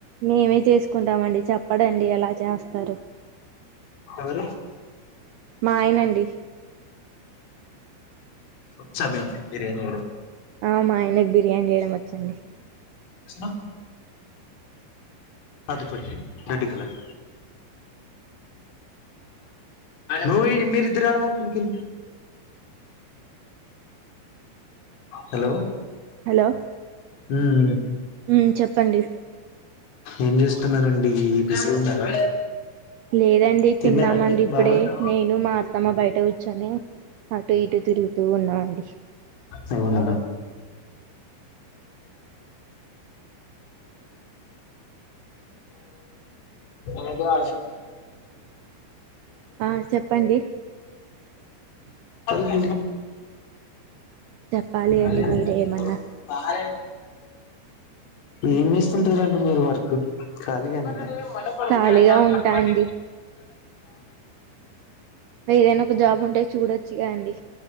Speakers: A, on the right (about 80°); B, on the left (about 85°).
A: మేమే చేసుకుంటామండి చెప్పడండి అలా చేస్తారు
B: ఎవరు
A: మాయనండి
B: ఉ చ <inaudible> మిి బిర్యానీ
A: ఆ మా ఆయనకి బిర్యానీ చేయడం వచ్చండి
B: చిన అద పడి రెడ్ కలర్ నువ్ మీరిద్దరు ఆడవంకును కింద హలో
A: హలో
B: హ్మ్మ్
A: ఉమ్ చెప్పండి
B: ఏం చేస్తున్నారండి బిజీ ఉన్నారా
A: లేదండి
B: తిన్నారండి
A: తిన్నామండి ఇప్పుడే
B: బాగా ఉమ్
A: నేను మా అత్తమ్మ బయట కూర్చొనే అటు ఇటు తిరుగుతూ ఉన్నా అండి
B: అవున హలో
A: ఆ చెప్పండి
B: <inaudible>
A: చెప్పాలి అండి
B: అళ
A: మీరే
B: చిినకు
A: ఏమన్నా
B: తాల ఏం చేస్తుంటారండి మీరు వర్కు ఖాళీగానేనా ఉహు
A: ఖాళీగా ఉంటా అండి ఏదైనా ఒక జాబ్ ఉంటే చూడొచ్చుగా అండి